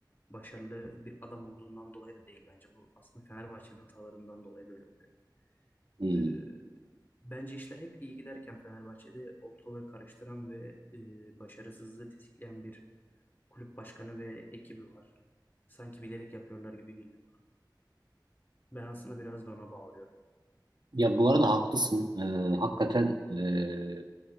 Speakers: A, on the left; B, on the right.
A: başarılı bir adam olduğundan dolayı da değil bence. Bu aslında Fenerbahçe'nin hatalarından dolayı böyle oluyor.
B: Hmm.
A: E, bence işler hep iyi giderken Fenerbahçe'de ortalığı karıştıran ve e, başarısızlığı tetikleyen bir kulüp başkanı ve ekibi var. Sanki bilerek yapıyorlar gibi geliyor bana. Ben aslında biraz da ona bağlıyorum.
B: Ya bu arada haklısın. Ee, hakikaten ee,